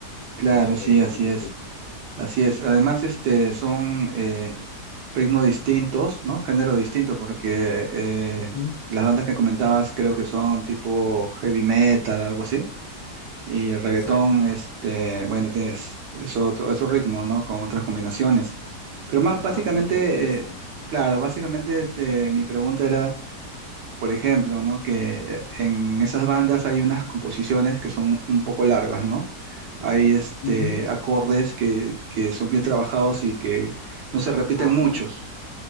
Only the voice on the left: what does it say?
No sé
qué, qué
opinas
tú.
Ujú,
Exacto,
como
más tipo fiesta.
Ujú.
Ah,
bueno.